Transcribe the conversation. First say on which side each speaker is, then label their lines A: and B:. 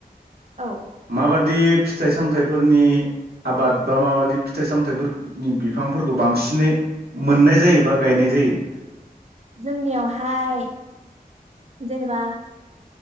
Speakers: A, on the right (about 45°); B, on the right (about 75°).
A: औ
B: माबादि फिथाइ-सामथाइफोरनि आबाद बा माबादि फिथाइ-सामथाइफोरनि बिफांफोरखौ बांसिनै मोननाय जायो बा गायनाय जायो।
A: जोंनियावहाय जेनेबा